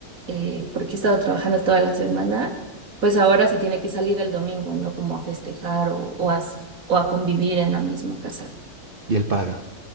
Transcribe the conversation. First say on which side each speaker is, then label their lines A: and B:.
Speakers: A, on the right; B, on the right.
A: eh, porque he estado trabajando toda la semana, pues ahora se tiene que salir el domingo, ¿no? Como a festejar o, o a, s- o a convivir en la misma casa.
B: Y él paga.